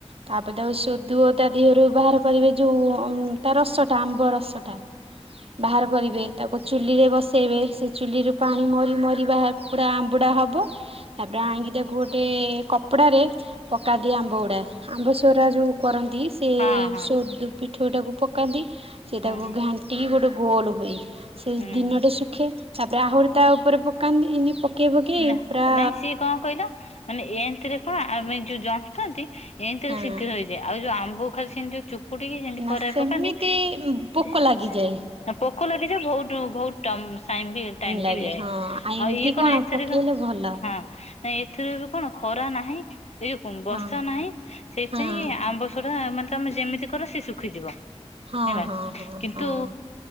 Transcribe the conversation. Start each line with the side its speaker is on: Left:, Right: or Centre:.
Right: ତାପରେ ତାକୁ ସୋଦୁଅ ତା ଦିହରୁ ବାହାର କରିବେ ଯେଉଁ ଉନ୍ ତା ରସଟା ଆମ୍ବ ରସଟା ବାହାର କରିବେ ତାକୁ କୁ ଚୁଲିରେ ବସାଇବେ ସେ ଚୁଲିରୁ ପାଣି ମରି ମରିବା ପୁରା ଆମ୍ବୁଡ଼ା ହେବ ତାପରେ ଆଣିକି ତାକୁ ଗୋଟେ କପଡାରେ ପକା ଦିଏ ଆମ୍ବ ଗୁଡା ଆମ୍ବ ସରା ଯୋଉ କରନ୍ତି ସେ
Left: ହଁ ହଁ
Right: ଉଦୁ ପିଠଉ ଟାକୁ ପକାନ୍ତି। ସେ
Left: ହୁଁ
Right: ତାକୁ ଘାଣ୍ଟିକି ଗୋଟେ ଗୋଲ ହୁଏ ସେ
Left: ହୁଁ
Right: ଦିନଟେ ଶୁଖେ ତାପରେ ଆହୁରି ତା ଉପରେ ପକାନ୍ତି ଏନି ପକେଇ ପକେଇ
Left: ନା
Right: ପୁରା
Left: ନାଇଁ ସିଏ କଣ କହିଲ ମାନେ ଏମତିରେ କଣ ଆମେ ଯୋଉ ଜନ୍ତନ୍ତି ଏମତିରେ
Right: ହଁ
Left: ଶୀଘ୍ର ହେଇଯାଏ ଆଉ ଯୋଉ ଆମ୍ବ ଖାଲି ସେମତି ଯୋଉ ଚୁପୁଡିକି ସେତି
Right: ନା
Left: ଖରାରେ
Right: ସେମିତି
Left: ପକାନ୍ତି
Right: ପୋକ
Left: ସେ
Right: ଲାଗିଯାଏ
Left: ପୋକ ଲାଗିଯାଏ ବହୁତ ବହୁତ ଟ ଟାଇମ ବି
Right: ଲାଗେ
Left: ଯାଏ
Right: ହଁ
Left: ଆଉ
Right: ଏମିତି
Left: ଇଏ କଣ ଏ ଏଥିରେ
Right: ପକେଇଲେ ଭଲ
Left: ହଁ ନାଇଁ ଏଥିରେ ବି କଣ ଖରା ନାହିଁ ଏ ଯୋଉ ବର୍ଷା
Right: ହଁ
Left: ନାହିଁ ସେଇପାଇଁ
Right: ହଁ
Left: କି ଆମ୍ବସରା ମାନେ ତମେ ଯେମିତି କର ସେ ଶୁଖିଯିବ।
Right: ହଁ
Left: ହେଲା
Right: ହଁ ହଁ
Left: କିନ୍ତୁ
Right: ହଁ